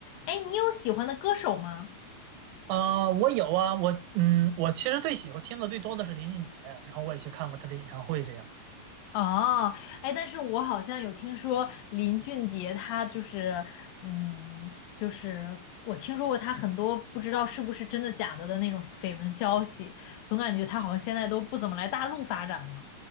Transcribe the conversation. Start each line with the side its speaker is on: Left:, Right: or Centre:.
Left: 哎，你有喜欢的歌手吗？
Right: 呃，我有啊，我嗯，我其实最喜欢听的最多的是林俊杰，然后我也去看过他的演唱会，这样
Left: 哦，哎，但是我好像有听说林俊杰，他就是，嗯，就是我听说过他很多不知道是不是真的假的的那种绯闻消息，总感觉他好像现在都不怎么来大陆发展了。